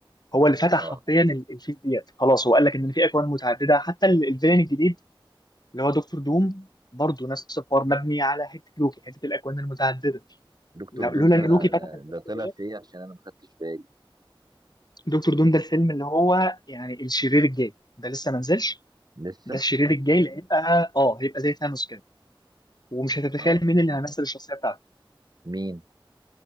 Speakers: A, on the left (about 50°); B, on the right (about 50°).
A: هو اللي فتح
B: اه
A: حرفيا ال- الفيس ديت خلاص هو قال لك ان في اكوان متعدده حتى ال- الفيلن الجديد اللي هو دكتور دوم برضه نفس الحوار مبني على حته لوكي حته الاكوان المتعدده
B: دكتور
A: لو- لولا
B: دوم
A: ان
B: ده
A: لوكي فتح
B: ده,
A: الحته
B: ده طلع
A: ديت
B: في ايه عشان انا ما خدتش بالي
A: دكتور دوم ده الفيلم اللي هو يعني الشرير الجاي ده لسه ما نزلش
B: لسه
A: ده الشرير الجاي اللي هيبقى اه هيبقى زي ثانوس كده ومش هتتخيل
B: اه
A: مين اللي هيمثل الشخصيه بتاعته
B: مين